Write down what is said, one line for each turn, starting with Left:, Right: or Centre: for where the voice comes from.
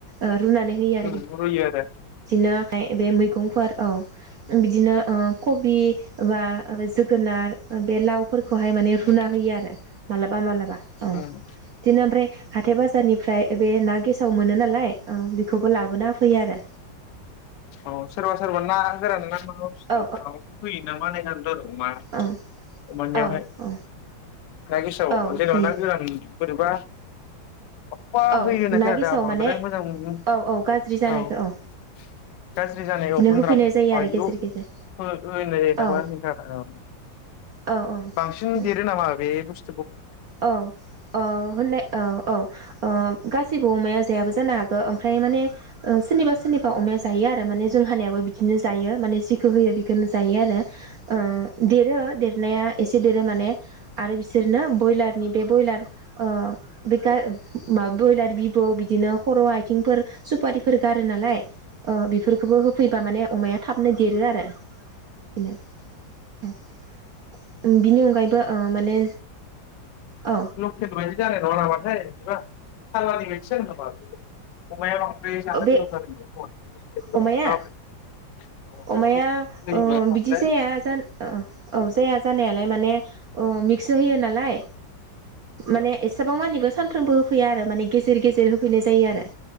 Right: ओ रुनानै होयो आरो
Left: उम
Right: बिदिनो
Left: रुयो आरो
Right: <unintelligible> बे मै मैगंफोर औ बिदिनो ओ कबि बा जोगोनार बे लाव फोरखौहाय माने
Left: औ
Right: रुना होयो आरो मालाबा मालाबा औ
Left: उम
Right: बिदिनो ओमफ्राय हाथाइ बाजारनिफ्राय बे ना गेसाव मोनो नालाय ओ बेखौ खौ लाबोना हो फैयो आरो।
Left: अ सोरबा सोरबा ना गोरान ना माबा बुसथु
Right: औ
Left: माबाखौ होयो नामा होनना खोनादोंथ' आरो अमा
Right: औ
Left: अमानियावहाय
Right: औ औ
Left: ना गेसाव
Right: औ
Left: जेनेबा
Right: होयो
Left: ना गोरान बोरैबा अबा
Right: औ
Left: होयो होननाय
Right: ना
Left: खोनादों
Right: गेसाव
Left: आ बांद्राय
Right: माने
Left: मोजां <unintelligible>
Right: औ औ गाज्रि जानायखौ औ
Left: औ। गाज्रि जानाय
Right: बिदिनो
Left: औ गुन्द्राफोर
Right: होफैनाय जायो
Left: ओ
Right: आरो
Left: इदिखौ
Right: गेजेर गेजेर
Left: हो-होनाय जायो नामा
Right: औ
Left: नोंथां?
Right: औ औ
Left: बांसिन देरो नामा बे बुस
Right: औ ओ होननाय औ औ ओ गासिबो अमाया जायाबो जानो हागौ ओमफ्राय माने ओ सोरनिबा सोरनिबा बा अमाया जायो आरो माने जोंहानियाबो बिदिनो जायो माने जिखौ होयो बेखौनो जायो आरो ओ देरो देरनाया एसे देरो माने आरो बिसोरनो बयलारनि बे बयलार ओ बे गा बयलार बिब बु बिदिनो खर' आइ आथिंफोर सुपारिफोर गारो नालाय ओ बेफोरखौबो होफैबा माने अमाया थाबनो देरो आरो बिदिनो औ बिनि अनगायैबो ओ माने औ
Left: लकेट बायदि जानाय नङा नामाथाय, बिदिबा सालानि बायदि जागोन नामा बे अमाया, जानो
Right: बे
Left: गोनां जानाय नङा
Right: अमाया
Left: खोमा होयोबा
Right: अमाया ओ
Left: ओमफ्राय
Right: बिदि जाया ओ औ जाया जानायालाय माने, अ मिक्स होयो नालाय, माने एसेबां मानिबो सानफ्रोमबो, होफैया आरो माने गेजेर गेजेर होफैनाय जायो आरो